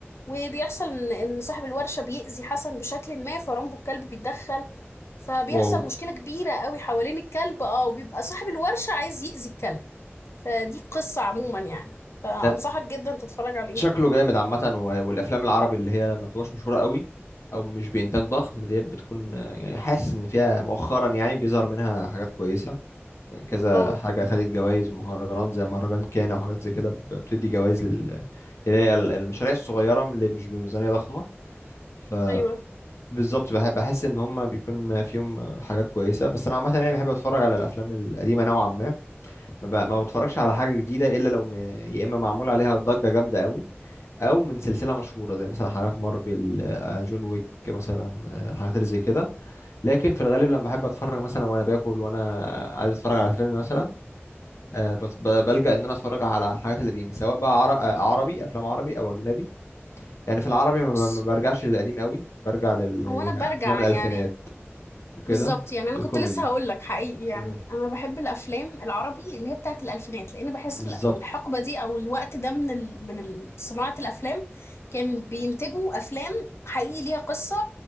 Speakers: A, on the left; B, on the left.
A: وبيحصل ان إن صاحب الورشة بيأذي حسن بشكل ما فرامبو الكلب بيتدخل فبيحصل
B: واو
A: مشكلة كبيرة قوي حوالين الكلب اه وبيبقى صاحب الورشة عايز يأذي الكلب فدي قصة عموما يعني فأنصحك
B: أه
A: جدا تتفرج عليه
B: شكله جامد عامه و- والافلام العربي اللي هي ما بتبقاش مشهوره قوي او مش بانتاج ضخم ديت بتكون آه، يعني حاسس ان فيها مؤخرا يعني بيظهر منها حاجات كويسه يعني كذا
A: اه
B: حاجة خدت جوائز ومهرجانات زي مهرجان كانا وحاجات زي كده ب- بتدي جوائز لل... اللي هي ال- المشاريع الصغيرة اللي مش بميزانية ضخمة فبالظبط
A: ايوه
B: بحب بحس إن هما بيكون فيهم حاجات كويسة بس أنا عامة يعني بحب أتفرج على الأفلام القديمة نوعا ما ما, ب... ما بتفرجش على حاجة جديدة إلا لو م... يا إما معمول عليها ضجة جامدة قوي أو من سلسلة مشهورة زي مثلا حاجات مارفل آه، جون ويك مثلا آه، الحاجات اللي زي كده لكن في الغالب لما أحب أتفرج مثلا وأنا باكل وأنا عايز أتفرج على فيلم مثلا آه، بت- ب- بلجأ ان انا اتفرج على الحاجات القديمه سواء بقى عر- آه، عربي افلام عربي او اجنبي يعني في العربي ما ب-
A: بص
B: ما برجعش للقديم قوي برجع للافلام
A: هو انا برجع
B: الالفينات
A: يعني
B: وكده
A: بالظبط يعني انا
B: الكوميدي
A: كنت لسه هقول لك حقيقي يعني
B: مم.
A: انا بحب الافلام العربي اللي هي بتاعت الالفينات لان بحس
B: بالظبط
A: ال- الحقبه دي او الوقت ده من ال... من ال- صناعه الافلام كان بينتجوا افلام حقيقي ليها قصه